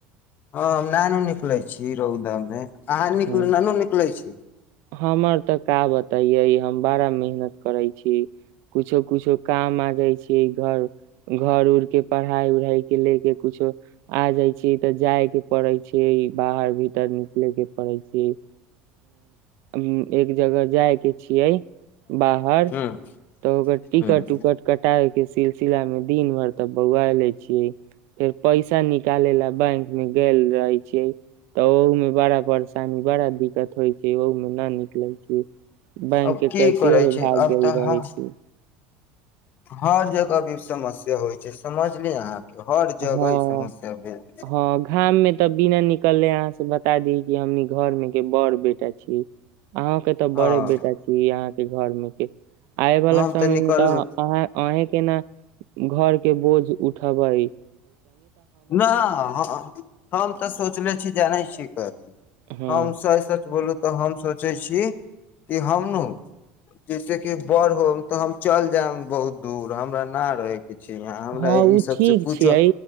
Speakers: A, on the left; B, on the right.
A: हँ हम ना नु निकलै छी रौदा मे अहाँ निक
B: ह
A: नानू निकलै छी
B: हमर तऽ का बताैये हम बड़ा मेहनत करै छी कुछो कुछो काम आ जाइ छी घर घर उर के पढ़ाई उढ़ाई के ले के कुछो आ जाइ छी तऽ जाय के पड़े छै बाहर भीतर निकलयके ह हुँ एक जगह जाइ के छियै बाहर
A: हूँ
B: तऽ ओकर
A: हूँ
B: टिकट उकट कटायके सिलसिला मे दिन भरि तऽ बौआ ले छियै फेर पैसा नीक निकाले ला बैंक में गेल रहय छियै तऽ ओह मे बड़ा पानी बड़ा दिक दिक्कत होइ छै ओहो मे न निकलै छी बैंक
A: अब
B: के
A: की
B: कैशियरे
A: करै छै
B: भाग
A: अब
B: गेल
A: तऽ
B: रहय
A: ह
B: छै
A: हर जगह भी समस्या होइ छै समझलि अहाँ हर जगह
B: हँ
A: ई समस्या भेल छै
B: हँ घाम मे तऽ बिना निकलले अहाँ से बता दी कि हमनी घर मे के बड़ बेटा छी अहुँ के त
A: हँ
B: बड़े बेटा छी अहाँ के घर मे के आय वाला
A: हम
B: समय
A: तऽ निकलबे
B: मे त अहाँ आहें केना घर के बोझ उठबइ
A: नहि ह हम तऽ सोचले छी जानैय छियै कथि
B: हँ
A: हमँ सही सच बोलू तऽ हम सोचे छी कि हम नु जैसेेकि बड़ होम तऽ हम चल जायब बहुत दूर हमरा न रहय के छी हमरा
B: हँ
A: ई
B: ओ
A: सबसँ
B: ठीक
A: कुछो
B: छियै